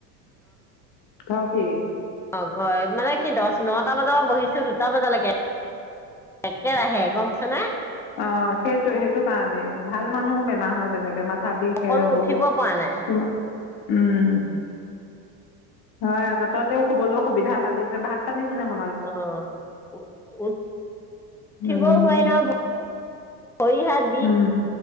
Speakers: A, on the left; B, in the centre.
A: <inaudible>
B: অ, ঘৰ মানে কি দহ নটা বজাৰ পৰা বহিছো দুটা বজালৈকে। একেৰাহে গম পাইছ নে?
A: অ, সেইটো সেইটো কাৰণে ভাল মানুহো বেমাৰ হয় তেনেকে মাত থা বিষে
B: অকনো
A: হ'ব
B: উঠিব
A: কিবা,
B: পৰা নাই
A: উম, হয় আগতেতেও শুবলৈ সুবিধা পালি যে ভাত পানী কোনে ব
B: অ, উ-উ-উঠিবও
A: উম
B: নোৱাৰি ন ভৰি হাত বি
A: উম